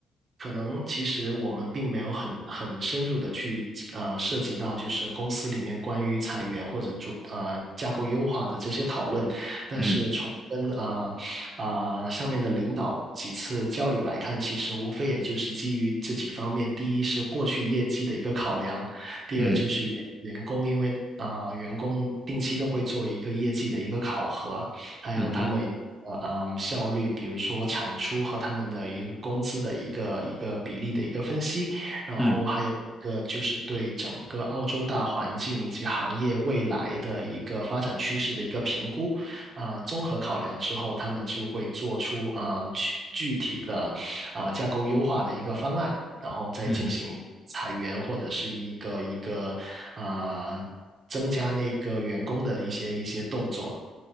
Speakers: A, on the right; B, in the centre.
A: 可能其实我们并没有很很深入的去呃涉及到就是公司里面关于裁员或者做呃架构优化的这些讨论，但是从跟啊啊、
B: 嗯
A: 呃上面的领导几次交流来看，其实无非也就是基于这几方面，第一是过去业绩的一个考量，第二就是员员工因为啊、
B: 嗯
A: 呃员工定期都会做一个业绩的一个考核，还有他们呃嗯效率，
B: 嗯哼
A: 比如说产出和他们的一个工资的一个一个比例的一个分析，然后还有一个就是对整个澳洲大环境以及行业未来的一个发展趋势的一个评估啊，
B: 嗯
A: 综合考量之后，他们就会做出啊具具体的啊架构优化的一个方案，然后再进行。
B: 嗯
A: 裁员或者是一个一个啊、增加那个员工的一些一些动作。